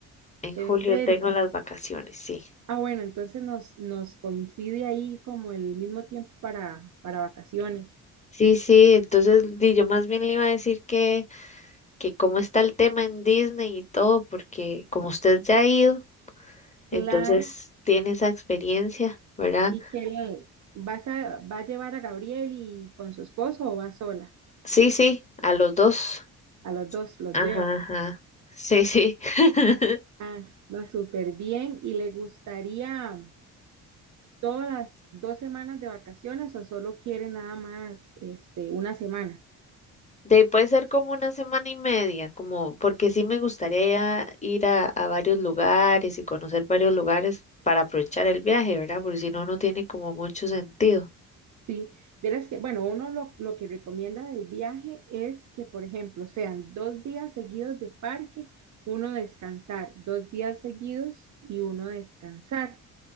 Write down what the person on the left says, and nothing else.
en
julio
tengo las vacaciones, sí.
Sí, sí, entonces di, yo más bien le iba a decir que, que cómo está el tema en Disney y todo, porque como usted ya ha ido,
entonces tiene esa experiencia, ¿verdad?
Sí, sí, a los dos.
Ajá,
ajá. Sí, sí. <laughs>
De, puede ser como una semana y media, como porque sí me gustaría ir a, a varios lugares y conocer varios lugares para aprovechar el viaje, ¿verdad? Porque si no, no tiene como mucho sentido.